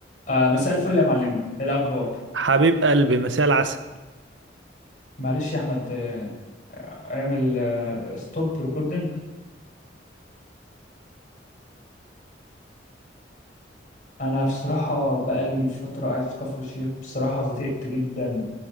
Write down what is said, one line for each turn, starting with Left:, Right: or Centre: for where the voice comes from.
Left: آه مساء الفل يا معلم ايه الاخبار
Right: حبيب قلبي مساء العسل
Left: معلش يا احمد آه، اعمل ستوب ريكوردنج انا بصراحه بقالي فتره قاعد في كفر الشيخ بصراحه زهقت جدا